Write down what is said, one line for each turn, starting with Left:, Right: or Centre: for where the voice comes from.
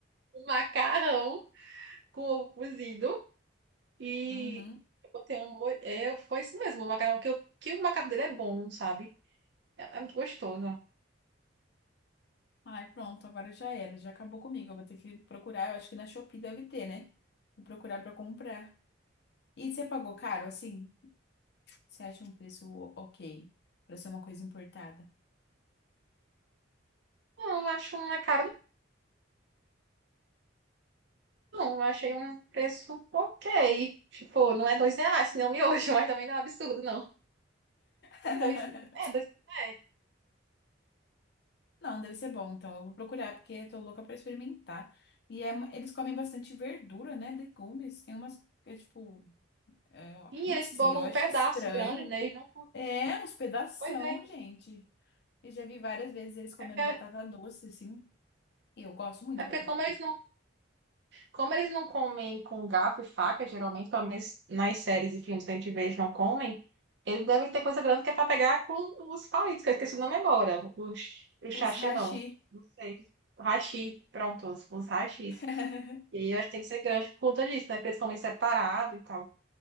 Right: um macarrão com ovo cozido. E
Left: Uhum.
Right: eu botei um... mo- É, foi isso mesmo, o macarrão. Que, eu... que o macarrão dele é bom, sabe? É, é muito gostoso.
Left: Ai, pronto, agora já era, já acabou comigo. Eu vou ter que procurar, eu acho que na Shopee deve ter, né? Vou procurar pra comprar. E você pagou caro, assim? Você acha um preço ok pra ser uma coisa importada?
Right: Não, eu acho uma cara Não, eu achei um preço ok. Tipo, não é dois reais, não miojo, <laughs> mas também não é um absurdo, não.
Left: <laughs>
Right: É Dois, é, dois, é.
Left: Não, deve ser bom, então eu vou procurar, porque eu tô louca pra experimentar. E é uma- eles comem bastante verdura, né? Legumes. Tem umas que é tipo. é, eu-
Right: E
Left: não
Right: eles
Left: sei,
Right: bombam
Left: eu acho
Right: um pedaço
Left: estranho.
Right: grande, né? Eles não,
Left: É, uns pedação,
Right: pois é, é
Left: gente. Eu já vi várias vezes eles comendo
Right: porque,
Left: batata doce, assim. E eu gosto muito
Right: é
Left: de
Right: porque
Left: batata
Right: como eles
Left: doce.
Right: não, como eles não comem com garfo e faca, geralmente, pelo menos nas séries e filmes que a gente vê, eles não comem, eles devem ter coisa grande que é pra pegar com os palitos, que eu esqueci o nome agora. Os, o
Left: Os
Right: sachê,
Left: hashi.
Right: não. Não sei. O hashi, pronto, os, os hashis.
Left: <laughs>
Right: E aí eu acho que tem que ser grande por conta disso, né? porque eles comerem separado e tal.